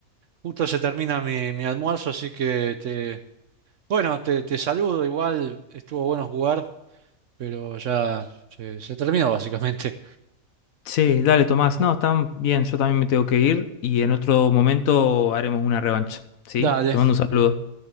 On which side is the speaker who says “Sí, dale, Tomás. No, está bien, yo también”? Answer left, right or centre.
Left